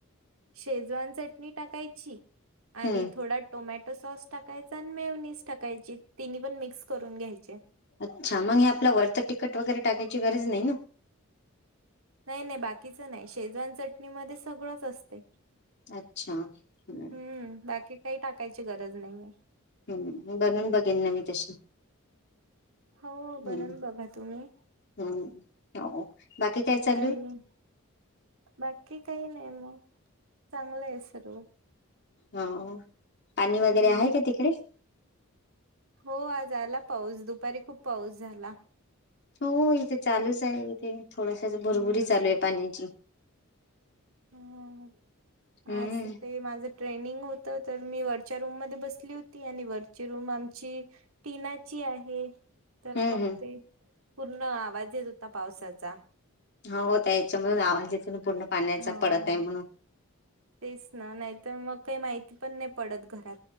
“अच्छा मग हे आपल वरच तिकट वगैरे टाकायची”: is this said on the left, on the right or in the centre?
Left